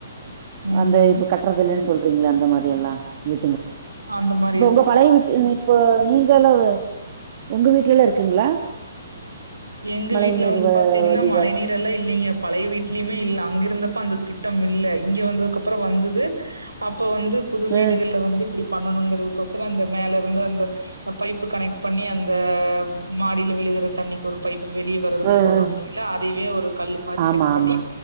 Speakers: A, on the right; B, on the right.
A: ம்.
B: அந்த இப்ப கட்டுறதுலன் சொல்றீங்களா அந்த மாரில்லா வி
A: அந்த மா
B: இப்ப உங்க பழையவீட்டு இப் போ நீங்க எல்லா உங்க வீடலல்லா இருக்குங்களா
A: எங்க
B: மழை
A: வீட்டுல
B: நீர்
A: வந்து
B: வ
A: பாத்தீங்கன்னா
B: வடிகால்
A: மழை நீர் எல்லா இல்லிங்க பழைய வீட்லயுமே இல்ல அங்க இருந்தப்ப அந்த திட்டம் இல்ல இங்க வந்ததுக்கு அப்புறோ வந்தது அப் இப்ப வந்து புது வீடுகள்ல
B: அ
A: வந்து இப்பிடி பண்ணணுங்கிறதுக்கோசரு அந்த மேல இருந்து அந்த பைப்பு கனெக்ட் பண்ணி அந்த மாடியில விழுகிற தண்ணிக் ஒரு வெளியேவறது
B: அ அ
A: போடுவாங்க இல்லிங்களா தேவியா ஒரு கல் மாரி
B: ஆமா
A: செட்பண்ணி
B: ஆமா